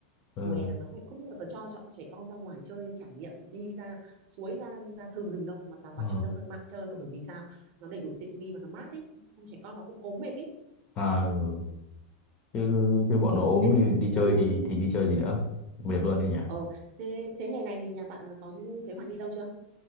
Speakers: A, on the left; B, on the right.
A: ừ,
B: mùa hè nắng nóng này không bao giờ tớ cho, cho trẻ con ra ngoài chơi trải nghiệm đi ra suối ra ra thường rừng đâu mà toàn vào
A: ừ,
B: trung tâm thương mại chơi thôi bởi vì sao nó đầy đủ tiện nghi và nó mát ý không trẻ con nó cũng ốm mệt ý
A: à, ừ. Chứ, chứ bọn nó ốm
B: thế
A: thì đi
B: ừ
A: chơi thì thì đi chơi gì nữa. Mệt luôn đấy nhỉ.
B: ờ thế thế hè này thì nhà bạn có những kế hoạch đi đâu chưa